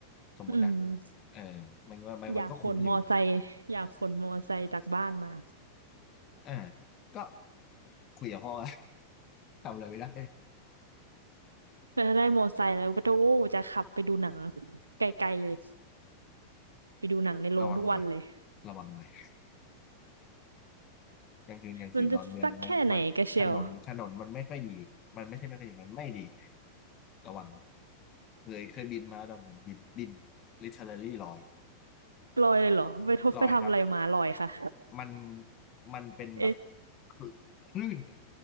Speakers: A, on the left; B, on the right.
A: สมมตินะ
B: อืม
A: เออมันก็มันมันก็คุ้มอยู่
B: อยากขนมอไซค์อยากขนมอไซค์จากบ้านมา
A: อ่าก็คุยกับพ่อ <laughs> ทำอะไรไม่ได้
B: แล้วได้มอไซค์แล้วก็โอ้จะขับไปดูหนังไกลๆเลย ไปดูหนังในโรงทุกวันเลย
A: <laughs> ระวังหน่อยระวังหน่อยกลางคืนกลางคืนดอนเมืองมันมันถนนถนนมันไม่ค่อยดีมันไม่ใช่ไม่ค่อยดีมันไม่ดี
B: มันจะสักแค่ไหนกระเชียว
A: ระวังเคยเคยบินมาดอนเมืองบินบิน l i t ร r a l ี่ลอย
B: ลอยเลยเหรอไปทบไปทำอะไรมาลอยค่ะ
A: ลอยครับ มันมันเป็นแบบ
B: เอ๊ะ
A: คลืคลื่นอะ